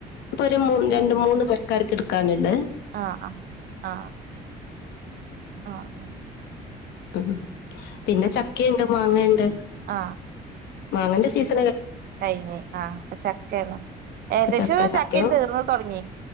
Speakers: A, on the left (about 80°); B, on the right (about 65°).
A: ഇപ്പൊ ഒരു രണ്ട് മൂന്ന് കറിക്ക് എടുക്കാനണ്ട്
B: ആ ആ ആ ആ ആ
A: ഉ പിന്നെ ചക്കിയുണ്ട് മാങ്ങണ്ട്
B: ആ
A: മാങ്ങന്റെ സീസ്
B: കൈയ്ക്ക് ആ അപ്പൊ ചക്കയ്നു ഏകദേശം
A: ഇപ്പൊ ചക്കയും
B: ചക്ക തീർന്ന തുടങ്ങി